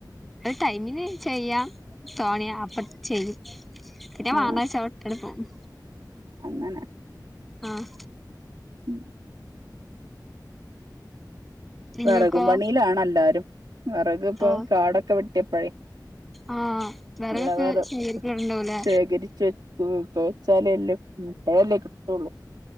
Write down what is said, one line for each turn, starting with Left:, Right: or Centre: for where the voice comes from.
Centre: ഒരു ടൈമിന് ചെയ്യാം. തോണിയ അപ്പ ചെയ്യും പിന്നെ
Right: ആ
Centre: വണ്ടാച്ച്ട്ട് പോവും.
Right: അങ്ങനെ
Centre: ആഹ്
Right: ഉം
Centre: നിങ്ങൾക്കോ
Right: വെറകും പണിയിലാണ് എല്ലാരും വെറകും ഇപ്പൊ
Centre: ഓ
Right: കാടൊക്കെ വെട്ടിയപ്പോഴേ
Centre: ആഹ് വിറകൊക്കെ
Right: നല്ല വെറക്
Centre: ശേഖരിക്കാറുണ്ടാവൂലേ
Right: ശേഖരിച്ചു വെ വെച്ചാലയല്ലേ ഇപ്പഴല്ലേകിട്ടള്ളൂ.